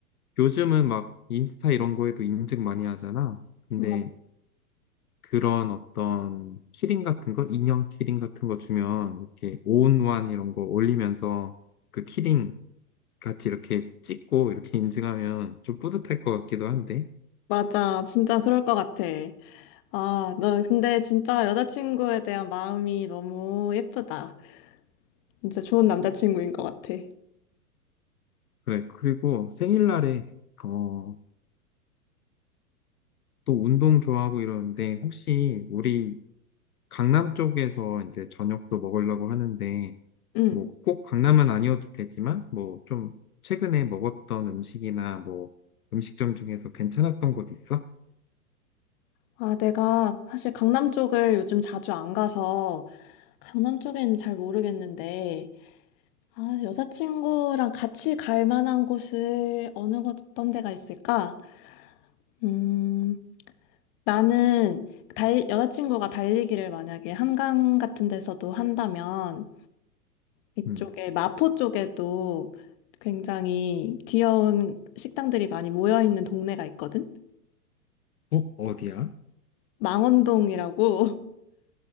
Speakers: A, on the left; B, on the left.
A: 요즘은 막 인스타 이런 거에도 인증 많이 하잖아. 근데
B: 마-
A: 그런 어떤 키링 같은 거, 인형 키링 같은 거 주면 이렇게 온원 이런 거 올리면서 그 키링 같이 이렇게 찍고 이렇게 <laughs> 인증하면 좀 뿌듯할 것 같기도 한데.
B: 맞아. 진짜 그럴 것 같아. 아, 너 근데 진짜 여자친구에 대한 마음이 너무 예쁘다. 진짜 좋은 남자친구인 것 같아.
A: 그래. 그리고 생일날에, 어, 또 운동 좋아하고 이러는데, 혹시 우리 강남 쪽에서 이제 저녁도 먹으려고 하는데,
B: 음.
A: 뭐 꼭 강남은 아니어도 되지만, 뭐 좀 최근에 먹었던 음식이나 뭐 음식점 중에서 괜찮았던 곳 있어?
B: 아, 내가 사실 강남 쪽을 요즘 자주 안 가서 강남 쪽에는 잘 모르겠는데, 아, 여자친구랑 같이 갈 만한 곳을 어느 곳, 어떤 데가 있을까? 음, 나는 달, 여자친구가 달리기를 만약에 한강 같은 데서도 한다면 이쪽에
A: 음.
B: 마포 쪽에도 굉장히 귀여운 식당들이 많이 모여 있는 동네가 있거든?
A: 어, 어디야?
B: 망원동이라고. <laughs>